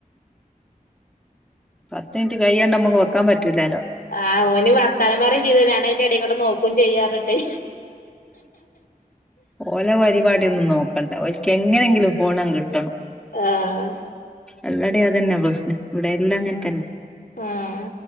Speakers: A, in the centre; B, on the left.
A: പത്ത് മിനിറ്റ് കയ്യാണ്ട് നമ്മുക്ക് വെക്കാൻ പറ്റില്ലല്ലോ.
B: ആഹ് ഓന് വർത്താനം പറയുവേ ചെയ്തു ഞാൻ അതിന്റെയെടെക്കൂടെ നോക്കു- ക്കും ചെയ്യാറുണ്ടെ
A: ഓലെ പരിപാടി ഒന്നും നോക്കണ്ട ഓല്ക്ക് എങ്ങനെങ്കിലും ഫോണ് അങ്ങ് കിട്ടണം
B: ആഹ്
A: എല്ലാംടെ അത് തന്നെ പ്രശ്നം ഇവിടെല്ലാം അങ്ങനെ തന്നെ
B: ആഹ്